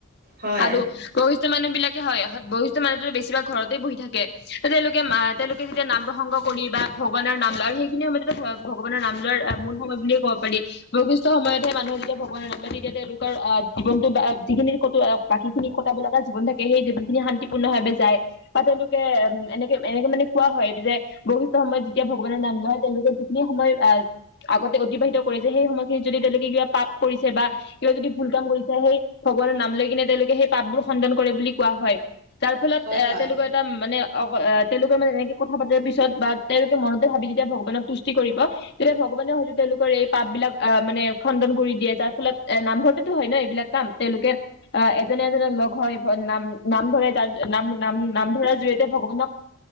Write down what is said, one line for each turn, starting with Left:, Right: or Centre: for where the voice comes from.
Right: হয়
Left: আৰু ক বষ্ঠ মানুহ বিলাকে হয় বৈশিষ্ঠ মানুহো বেছি বা ঘৰই বহি থাকে। তে তেওঁলোকে আহ তেওঁলোক যেতিয়া নাম প্ৰসংগ কৰি বা ভগৱানৰ নাম লয় আৰু সেইখিনি সময়তে ভগৱানৰ নাম লোৱাৰ মূল সময় বুলে ক'ব পাৰি। বয়সস্থ সময়তহে মানুহে যেতিয়া ভগৱানৰ নাম লয় তেতিয়া তেওঁলোকে আহ জীৱনটো বা যিখিনি ক বাকী খিনি ক বলটা জীৱন থাকে সেই জীৱন খিনি শান্তিপূৰ্ণ ভাৱে যায় বা তেওঁলোকে উ এনেকে এনেকে মানে কোৱা হয় যে বৈশিষ্ট সময়ত যেতিয়া ভগৱানৰ নাম নয় তেওঁলোকে যিখিনি সময় আহ আগতে অতিবাহিত কৰিছে সেই সময়খিনিত যদি তেওঁলোকে কিবা পাপ কৰিছে বা কিবা যদি ভুল কাম কৰিছে সেই ভগৱানৰ নাম লৈ কিনে তেওঁলোকে সেই পাপবোৰ খণ্ডন কৰে বুলি কোৱা হয়। যাৰ ফলত
Right: হয়
Left: এ
Right: হয়
Left: তেওঁলোকৰ এটা মানে অ তেওঁলোকৰ মানে এনেকে কথা পাতাৰ পিছত বা তেওঁলোকে মনতে ভাবি যেতিয়া ভগৱানক তুষ্টি কৰিব তেতিয়া ভগৱানে হয়তো তেওঁলোকৰ এই পাপ বিলাক আহ মানে খণ্ডন কৰি দিয়ে। যাৰ ফলত এ নামঘৰতেতো হয় ন এইবিলাক কাম তেওঁলোকে আহ এজনে এজনে লগ হয় নাম নাম ধৰে তাৰ নাম নাম নাম ধৰাৰ জৰিয়তে ভগৱানক